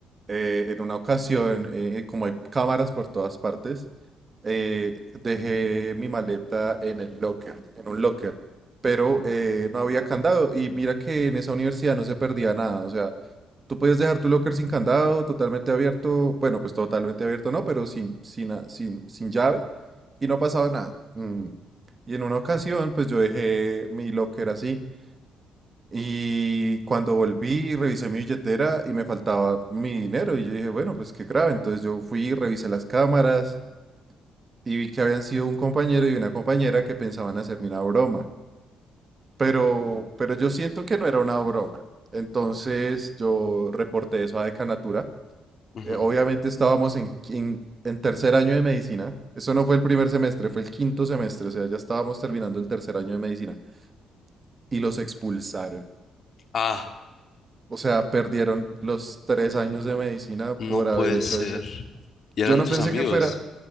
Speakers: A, on the right; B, on the left.
A: Eh, en una ocasión, eh, eh, como hay cámaras por todas partes, eh, dejé mi maleta en el locker, en un locker, pero eh, no había candado. Y mira que en esa universidad no se perdía nada. O sea, tú podías dejar tu locker sin candado, totalmente abierto. Bueno, pues totalmente abierto no, pero sin, sin, a- sin, sin llave. Y no pasaba nada. Mm. Y en una ocasión, pues yo dejé mi locker así. Y cuando volví, revisé mi billetera y me faltaba mi dinero. Y yo dije, bueno, pues qué grave. Entonces yo fui, revisé las cámaras y vi que habían sido un compañero y una compañera que pensaban hacerme una broma. Pero, pero yo siento que no era una broma. Entonces yo reporté eso a Decanatura.
B: ujú,
A: Eh,
B: ujú.
A: obviamente estábamos en, quin- en tercer año de medicina. Eso no fue el primer semestre, fue el quinto semestre. O sea, ya estábamos terminando el tercer año de medicina. Y los expulsaron.
B: Ah,
A: O sea, perdieron los tres años de medicina por
B: no puede
A: haber hecho
B: ser.
A: eso.
B: Y eran
A: Yo no
B: tus
A: pensé
B: amigos.
A: que fuera,